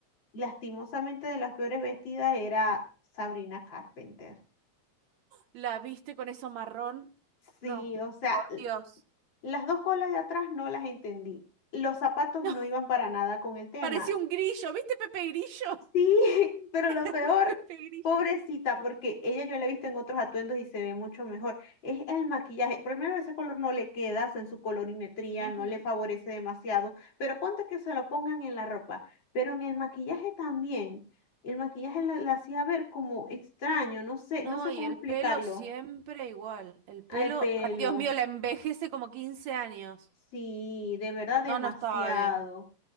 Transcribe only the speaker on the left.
lastimosamente, de las peores vestidas era Sabrina Carpenter.
Sí,
o sea,
l-
las dos colas de atrás no las entendí. Los zapatos
no iban para nada con el tema.
Sí, <laughs> pero lo peor,
pobrecita, porque ella yo la he visto en otros atuendos y se ve mucho mejor. Es el maquillaje. Primero, ese color no le queda, o sea, en su colorimetría
no le favorece demasiado, pero ponte que se lo pongan en la ropa. Pero en el maquillaje también. El maquillaje la, la hacía ver como extraño, no sé,
no sé
cómo
explicarlo.
Al pelo.
Sí, de verdad demasiado,